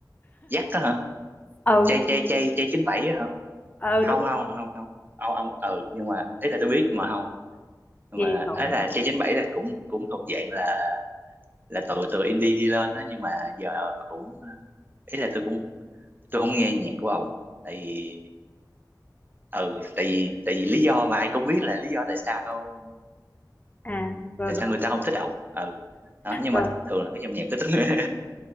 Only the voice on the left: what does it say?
ừ
ừ đúng
gì
lộn
hả?
à rồi
rồi
rồi